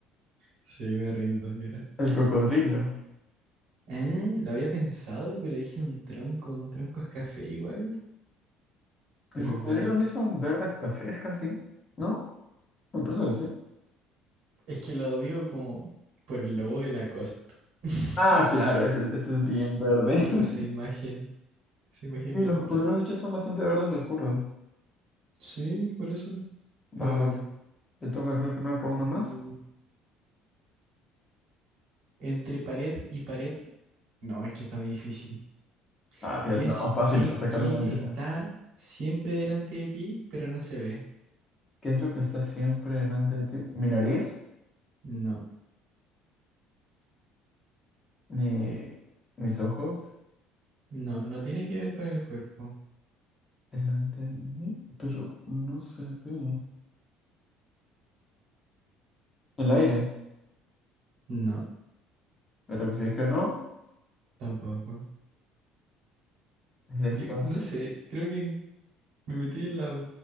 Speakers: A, on the right (about 65°); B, on the left (about 20°).
A: Sí, me rindo, que era.
B: El cocodrilo.
A: Ah, lo había pensado, pero dije un tronco. Un tronco es café igual.
B: Los
A: Pero
B: cocodrilos
A: claro,
B: sí son verdes cafés casi, ¿no? Me parece que sí.
A: es que lo digo como por el logo de Lacoste. <laughs>
B: Ah, claro, ese, es- ese es bien verde.
A: Tengo
B: <laughs>
A: esa imagen, esa imagen
B: Y
A: mental.
B: los cocodrilos de hecho son bastante verdes oscuros.
A: Sí, por eso. Pero
B: Va,
A: bueno.
B: va, te toca, creo que me apago uno
A: Mm,
B: más.
A: entre pared y pared. No, es que está muy difícil.
B: Ah, tírate
A: ¿Qué, es-
B: una más fácil
A: qué,
B: para sacar
A: qué
B: una aunque
A: está
B: sea.
A: siempre delante de ti, pero no se ve?
B: ¿Qué es lo que está siempre delante de ti? Mi nariz,
A: No.
B: ni mis ojos,
A: No, no tiene que ver con el cuerpo.
B: delante de mí, pero no se ve. El aire,
A: No,
B: el oxígeno,
A: tampoco.
B: el espacio.
A: Yo no sé, creo que me metí en la,